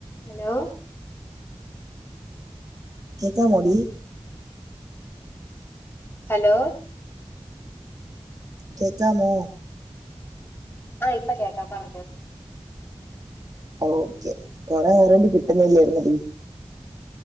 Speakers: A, on the left; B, on the right.
A: Hello...
B: ഏതാ മുടി?
A: Hello...
B: കേൾക്കാമോ...?
A: ആഹാ ഇപ്പോ കേൾക്കാം, പറഞ്ഞോ.
B: ഓക്കെ കൊറേ നേരണ്ടി- കിട്ടുന്നില്ലായിരുന്നടി.